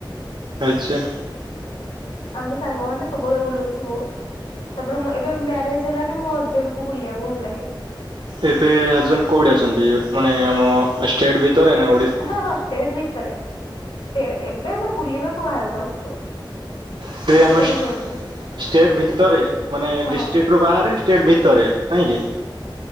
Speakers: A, on the right (about 70°); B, on the left (about 70°).
A: ଆଚ୍ଛା।
B: ଆମେ ସାଙ୍ଗମାନେ ସବୁବେଳେ ବୁଲୁଥିବୁ। ତାପରେ ମୁଁ ଏବେ ମ୍ୟାରେଜ୍ ହେଲା ବି ମୋ ହଜବେଣ୍ଡ ଙ୍କୁ ବୁଲିବାକୁ ଭଲ ଲାଗେ।
A: ଏବେ ହଜବେଣ୍ଡ କୋଉଠି ଅଛନ୍ତି ମାନେ ଆମ ଷ୍ଟେଟ୍ ଭିତରେ ନା ଓଡିଶା
B: ହଁ ହଁ, ଷ୍ଟେଟ୍ ଭିତରେ। ଷ୍ଟେ ଏବେ ଆମେ ବୁଲିବାକୁ ବାହାରକୁ ଆସିଛୁ।
A: ସେ
B: ଭିତରେ
A: ଆମ ଷ୍ଟେଟ୍
B: ରୁହନ୍ତି
A: ଭିତରେ ମାନେ
B: ହଁ।
A: ଡିଷ୍ଟ୍ରିକ୍ଟ ରୁ ବାହାରେ ଷ୍ଟେଟ୍ ଭିତରେ ନାଇଁକି